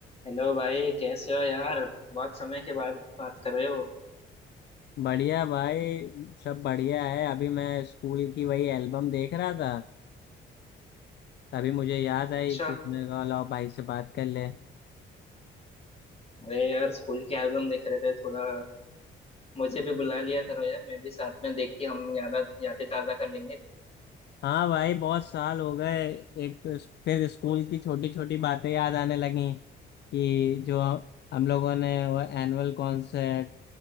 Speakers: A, on the left; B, on the left.
A: Hello भाई कैसे हो यार बहुत समय के बाद बात कर रहे हो
B: बढ़िया भाई सब बढ़िया है अभी मैं स्कूल की वही एल्बम देख रहा था तभी मुझे याद आई
A: अच्छा
B: कि मैंने कहा लाओ भाई से बात कर ले
A: अरे यार स्कूल के एल्बम देख रहे थे थोड़ा मुझे भी बुला लिया करो यार मैं भी साथ में देख के हम याद यादें ताजा कर लेंगे
B: हाँ भाई बहुत साल हो गए एक तो इस- फिर स्कूल की छोटी छोटी बातें याद आने लगी कि जो हम लोगों ने वो एनुअल कॉन्सर्ट